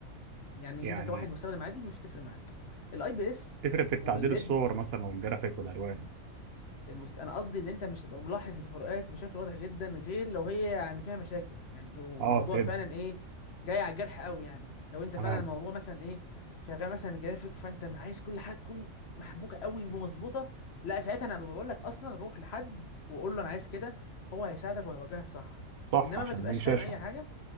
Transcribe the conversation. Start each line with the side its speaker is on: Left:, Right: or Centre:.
Left: يعني
Right: يعني
Left: انت كواحد مستخدم عادي مش هتفرق معاك الاي بي اس
Right: تفرق في التعديل
Left: والليد
Right: الصور مثلا والجرافيك والالوان
Left: المست... انا قصدي ان انت مش هتبقى ملاحظ الفروقات بشكل واضح جدا غير لو هي يعني فيها مشاكل يعني لو الموضوع
Right: اه فهمت
Left: فعلا ايه جاي على الجرح قوي يعني لو انت
Right: تمام
Left: فعلا الموضوع مثلا ايه شغال مثلا جرافيك فانت عايز كل حاجه تكون محبوكه قوي ومظبوطه لا ساعتها انا بقول لك اصلا روح لحد وقول له انا عايز كده هو هيساعدك وهيوجهك صح
Right: صح
Left: انما
Right: عشان
Left: ما تبقاش
Right: دي شاشه
Left: فاهم اي حاجه